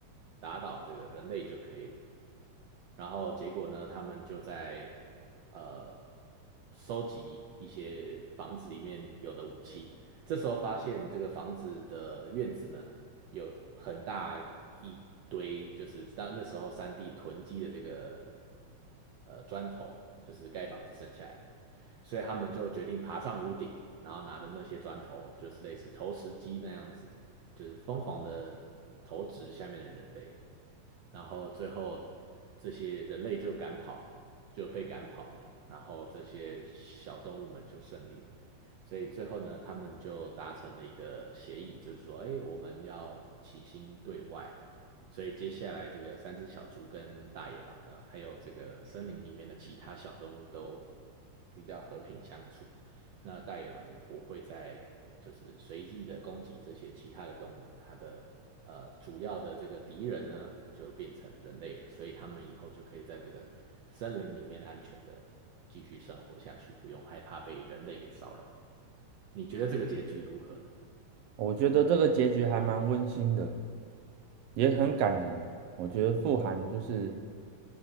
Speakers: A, on the right; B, on the right.
A: 打倒这个人类就可以了。然后结果呢，他们就在呃收集一些房子里面有的武器。这时候发现这个房子的院子呢，有很大一堆，就是当那时候三地囤积的这个呃砖头，就是盖房子剩下来的。所以他们就决定爬上屋顶，然后拿着那些砖头，就是类似投石机那样子，就是疯狂的投掷下面的人类，然后最后这些人类就赶跑，就被赶跑了，然后这些小动物们就胜利了。所以最后呢，他们就达成了一个协议，就是说，哎，我们要齐心对外。所以接下来这个三只小猪跟大野狼呢，还有这个森林里面的其他小动物都比较和平相处。那大野狼也不会再就是随意的攻击这些其他的动物，它的呃主要的这个敌人呢就变成人类了，所以他们以后就可以在这个森林里面安全的继续生活下去，不用害怕被人类给骚扰。你觉得这个结局如何呢？
B: 我觉得这个结局还蛮温馨的。也很感人。我觉得富含就是，